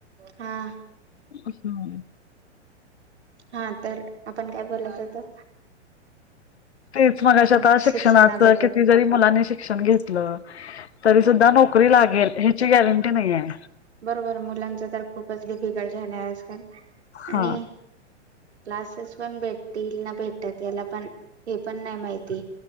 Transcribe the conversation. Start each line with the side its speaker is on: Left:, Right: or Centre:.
Right: हा
Left: हम्.
Right: हा तर आप -- पण काय बोलत होतो.
Left: तेच मग अ
Right: हा
Left: आता शिक्षणाच
Right: शिक्षणाबद्दल
Left: किती जरी मुलांनी शिक्षण घेतलं. तरी सुद्धा नोकरी लागेल ह्याची गॅरंटी नाही आहे
Right: बरोबर मुलांचं तर खुपचं डिफीकल्ट झालयं आजकाल आणि
Left: हा
Right: क्लासेस पण भेटतील ना भेटतात याला पण हे पण नाही माहिती